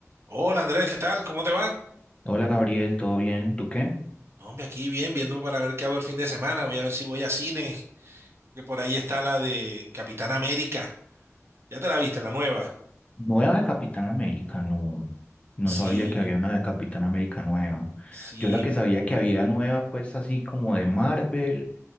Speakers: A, on the right (about 50°); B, on the left (about 20°).
A: Hola Andrés, ¿qué tal? ¿Cómo te va?
B: Hola Gabriel, ¿todo bien? ¿Tú qué?
A: No, hombre, aquí bien, viendo para ver qué hago el fin de semana. Voy a ver si voy a cine, que por ahí está la de Capitán América. ¿Ya te la viste, la nueva?
B: Nueva de Capitán América, no. No
A: Sí,
B: sabía que había una de Capitán América nueva.
A: sí.
B: Yo la que sabía que había nueva, pues así como de Marvel,